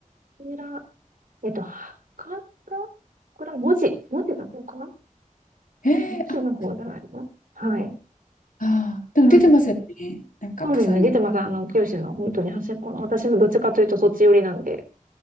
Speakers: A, on the right (about 85°); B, on the left (about 80°).
A: 倉えっと、はかこれは文字、文字だっのかな
B: へえ、
A: 文字の方じゃないのはい。
B: あ、あー、でも出てますよね。
A: あ、
B: なんか、
A: そうですね。
B: 釜山に。
A: 出てます。あの、九州の本当に端っこの。私はどっちかというとそっち寄りなんで、